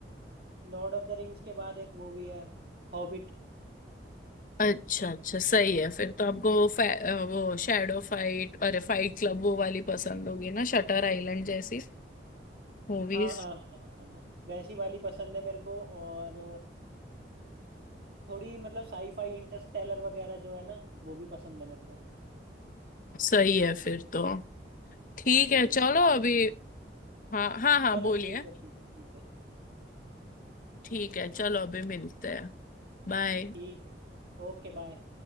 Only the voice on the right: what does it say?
लॉर्ड ऑफ द रिंग्स के बाद एक वो भी है हॉबिट
हाँ हाँ हाँ हाँ हाँ हाँ। वैसी वाली पसंद है मेरे को और थोड़ी मतलब साईफाई इंटरस्टेलर वगैरह जो है ना वो भी पसंद है मेरे को
हम्म
आप
चलो
ठीक है ठीक है ठीक है
ठीक है Okay bye